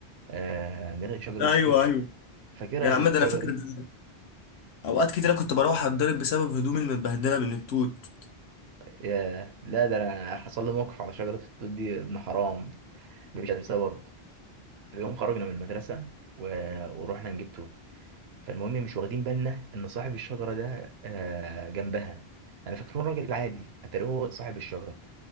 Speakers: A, on the right; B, on the left.
A: آه نلاقي شجره
B: ايوه
A: التوت
B: ايوه
A: فاكرها
B: يا عم ده
A: الشجره
B: انا فاكر
A: دي
B: ده اوقات كتيرة كنت بروح اتضرب بسبب هدومي المتبهدله من التوت
A: ياه لا ده انا حصل لي موقف على شجره التوت دي ابن حرام مش هنساه برضه في يوم خرجنا من المدرسه و... ورحنا نجيب توت فالمهم مش واخدين بالنا ان صاحب الشجره ده آه، جنبها انا فاكره راجل عادي اتاري هو صاحب الشجره